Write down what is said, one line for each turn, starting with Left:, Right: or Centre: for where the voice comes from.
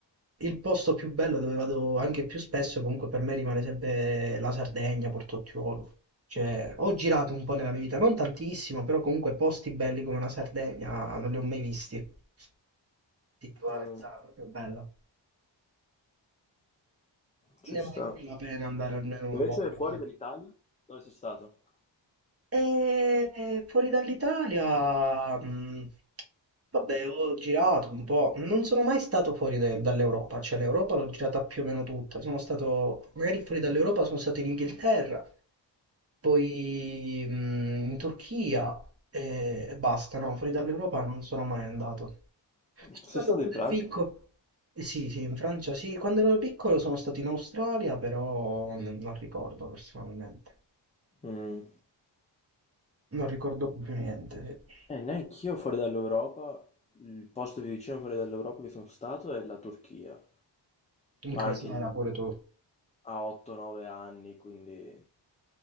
Right: il posto più bello dove vado anche più spesso, comunque per me rimane sempre la Sardegna, Portottiolo. Cioè, ho girato un po' nella mia vita, non tantissimo, però comunque posti belli come la Sardegna non li ho mai visti. Ti dico la
Left: Mm,
Right: verità, è proprio bella.
Left: ci
Right: Ne
Left: sta.
Right: vale più la pena andare almeno una
Left: Invece
Right: volta.
Left: fuori dall'Italia, dove sei stato?
Right: E fuori dall'Italia, mh, vabbè, ho girato un po', non sono mai stato fuori de- dall'Europa, cioè l'Europa l'ho girata più o meno tutta, sono stato, magari fuori dall'Europa sono stato in Inghilterra, poi mh, in Turchia e, e basta, no, fuori dall'Europa non sono mai andato. Sono
Left: Sei
Right: stato
Left: stato
Right: quando
Left: in Francia?
Right: ero piccolo. Eh, Sì, sì, in Francia sì, quando ero piccolo sono stato in Australia, però non non ricordo personalmente,
Left: Mm.
Right: non ricordo più niente. sì.
Left: Eh, neanch'io fuori dall'Europa, il posto più vicino fuori dall'Europa che sono stato è la Turchia,
Right: Il
Left: ma
Right: crociera
Left: anche lì
Right: pure tu.
Left: a 8-9 anni, quindi